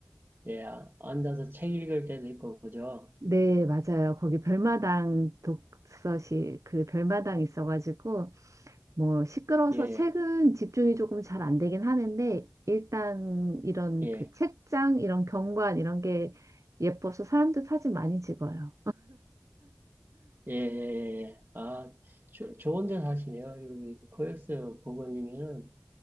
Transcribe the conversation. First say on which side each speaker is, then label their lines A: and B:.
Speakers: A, on the right; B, on the right.
A: 예, 아, 앉아서 책 읽을 때도 있고, 그죠?
B: 네, 맞아요. 거기 별마당 독서실 그 별마당 있어가지고 뭐 시끄러워서
A: 예,
B: 책은 집중이 조금 잘 안 되긴 하는데 일단 이런
A: 예,
B: 그 책장 이런 경관 이런 게 예뻐서 사람들 사진 많이 찍어요.
A: 예, 예, 예. 예. 예. 아, 조, 좋은 데 사시네요. 여기 코엑스 부모님이는.